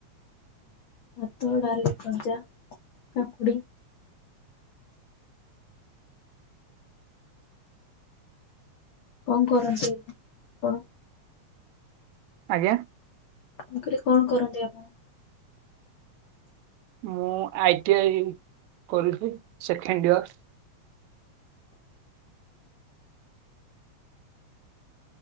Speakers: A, on the left; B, on the right.
A: ଭାତ, ଡାଲି, ଭଜା, କାକୁଡି। କଣ କରନ୍ତି ଆପଣ?
B: ଆଜ୍ଞା।
A: ମୁଁ କହିଲି କଣ କରନ୍ତି ଆପଣ?
B: ମୁଁ ଆଇଟି ଆଇ କରୁଛି ସେକେଣ୍ଡ ଇୟର୍।